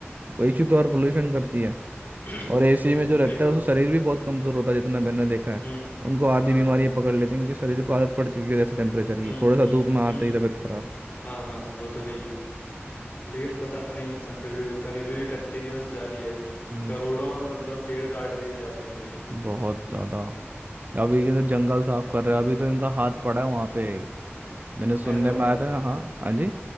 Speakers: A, on the right; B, on the left.
A: वही चीज तो और पोल्यूशन करती है
B: <clears throat>
A: और एसी
B: हम्म
A: में जो रहता
B: वही तो
A: है उसका शरीर भी बहुत कमजोर होता है जितना मैंने देखा है
B: हम्म
A: उनको आधी
B: हाँ
A: बीमारियां
B: हाँ
A: पकड़ लेती हैं क्योंकि शरीर को आदत पड़ चुकी है ऐसे टेम्परेचर की
B: हम्म
A: थोड़ा सा
B: हम्म
A: धूप में आते
B: हम्म
A: ही तबीयत खराब
B: हाँ हाँ वो तो है ही है लेकिन पता नहीं इंसान फिर भी रुकता नहीं अभी भी कंटिन्यूअस जारी है
A: ये
B: करोड़ों
A: तो
B: मतलब पेड़ काट दिए जाते हैं डेली
A: बहुत ज्यादा अभी ये तो जंगल साफ कर रहे हैं अभी तो इनका हाथ पड़ा है वहां पे मैंने सुनने
B: हैदराबाद
A: में आया था ना हाँ हाँ जी